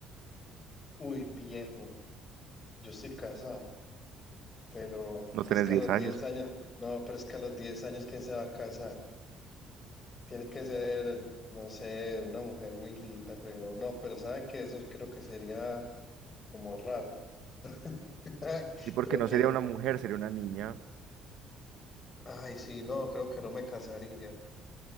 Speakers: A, on the left; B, on the right.
A: Uy, viejo, yo estoy casado, pero,
B: No
A: pero
B: tenés
A: es que
B: 10
A: a los
B: años.
A: 10 años, no, pero es que a los 10 años, ¿quién se va a casar? Tiene que ser, no sé, una mujer muy linda, güey. o No, pero sabe que eso creo que sería como raro. <laughs>
B: Sí, porque
A: Creo
B: no
A: que,
B: sería una mujer, sería una niña.
A: ay, sí, no, creo que no me casaría.